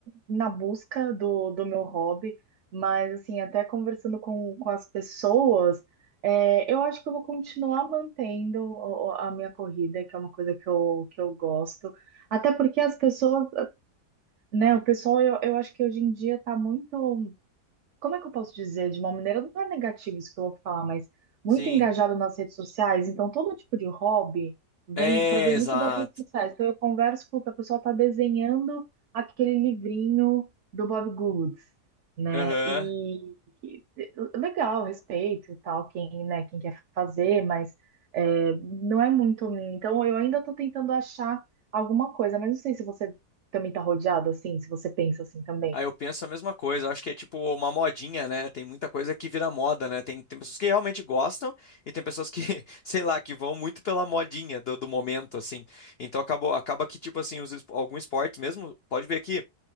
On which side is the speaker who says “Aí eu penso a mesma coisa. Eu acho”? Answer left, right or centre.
Left